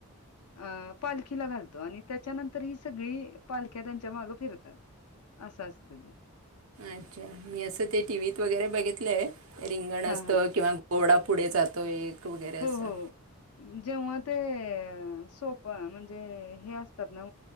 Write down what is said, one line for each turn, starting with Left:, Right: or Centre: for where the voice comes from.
Left: अ पालखीला घालतो आणि त्याच्यानंतर ही सगळी पालख्या त्यांच्या मागं फिरतात.. असं असत ग..
Right: अच्छा मी असं ते टीव्हीत वगैरे बघितलंय रिंगण असत
Left: हा हा
Right: किंवा.. घोडा पुढे जातो एक वगैरे असं..
Left: हो हो जेव्हा ते सोपं म्हणजे हे असतात ना